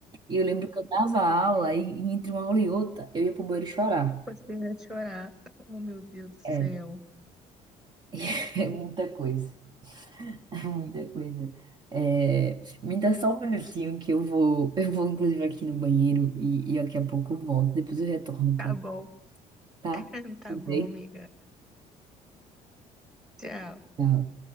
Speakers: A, on the right (about 30°); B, in the centre.
A: E eu lembro que eu dava aula e, e entre uma aula e outra eu ia pro banheiro chorar.
B: Você ia chorar. Oh, meu Deus do céu.
A: É, <laughs> é muita coisa. <laughs> É muita coisa. É, me dá só um minutinho que eu vou, <laughs> eu vou inclusive aqui no banheiro e, e daqui a pouco eu volto. Depois eu retorno pra,
B: Tá bom,
A: tá?
B: <laughs> tá
A: Tudo
B: bom,
A: bem?
B: amiga. Tchau.
A: Tchau.